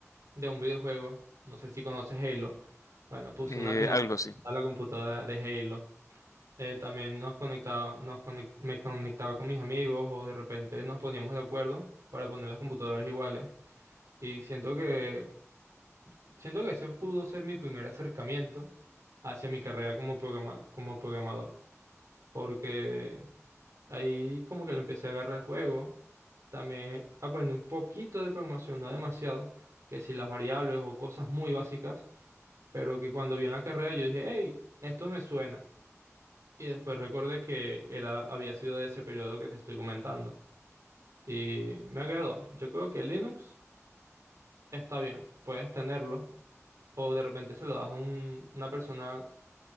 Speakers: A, on the right; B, on the left.
A: de un videojuego, no sé si conoces Halo, bueno, puse
B: Eh,
A: una temática
B: algo así.
A: a la computadora de Halo, Eh, también nos conectaba, nos conec- me conectaba con mis amigos o de repente nos poníamos de acuerdo para poner las computadoras iguales y siento que... Siento que ese pudo ser mi primer acercamiento hacia mi carrera como programa, como programador, porque ahí como que le empecé a agarrar el juego, también aprendí un poquito de programación, no demasiado, que si las variables o cosas muy básicas, pero que cuando vi en la carrera yo dije, hey, esto me suena. Y después recordé que era, había sido de ese periodo que te estoy comentando. Y me agradó. Yo creo que Linux está bien, puedes tenerlo. O de repente se lo das a un- una persona